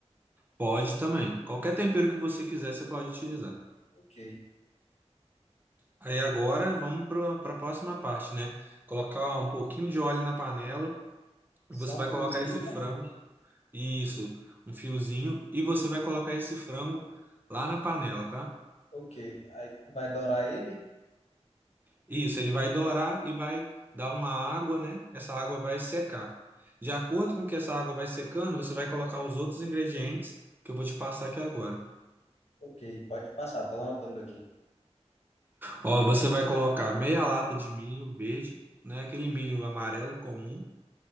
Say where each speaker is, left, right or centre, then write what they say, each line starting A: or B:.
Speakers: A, on the right (about 15°); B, on the left (about 70°).
A: Pode também. Qualquer tempero que você quiser, você pode utilizar.
B: Ok.
A: Aí agora vamos para a próxima parte, né? Colocar um pouquinho de óleo na panela, você
B: Só
A: vai
B: um fiozinho,
A: colocar esse
B: né?
A: frango Isso, um fiozinho. E você vai colocar esse frango lá na panela, tá?
B: Ok. Aí vai dourar ele?
A: Isso, ele vai dourar e vai dar uma água, né? Essa água vai secar. De acordo com que essa água vai secando, você vai colocar os outros ingredientes que eu vou te passar aqui agora.
B: Ok, pode passar, tô anotando aqui.
A: Ó, você vai colocar meia lata de milho verde, né? Aquele milho amarelo comum.